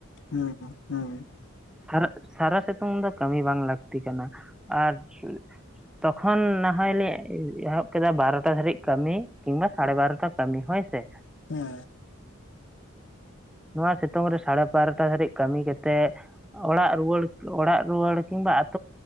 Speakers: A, on the left; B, in the centre.
A: ᱦᱮᱸ ᱦᱮᱸ <unintelligible>
B: ᱟᱨᱟ ᱥᱟᱨᱟ ᱥᱤᱛᱩᱝ ᱫᱚ ᱠᱟᱹᱢᱤ ᱵᱟᱝ ᱞᱟᱹᱠᱛᱤ ᱠᱟᱱᱟ ᱟᱨ ᱛᱚᱠᱷᱚᱱ ᱱᱟᱦᱚᱭ ᱞᱮ ᱮᱦᱚᱵ ᱠᱮᱫᱟ ᱵᱟᱨᱚᱴᱟ ᱫᱷᱵᱤᱡ ᱠᱟᱹᱢᱤ ᱠᱤᱵᱟ ᱥᱟᱲᱮ ᱵᱟᱨᱚᱚᱴᱟ ᱠᱟᱹᱢᱤ ᱦᱳᱭ ᱥᱮ
A: ᱦᱩᱸ
B: ᱱᱚᱣᱟ ᱥᱤᱛᱩᱝ ᱨᱮ ᱥᱟᱲᱮ ᱯᱟᱨᱚᱴᱟ ᱫᱷᱟᱹᱨᱤᱡ ᱠᱟᱹᱢᱤ ᱠᱟᱛᱮᱮᱫ ᱚᱲᱟᱜ ᱨᱩᱣᱟᱹᱲ ᱚᱲᱟᱜ ᱨᱩᱣᱟᱹᱲ ᱠᱤᱵᱟ ᱟᱛ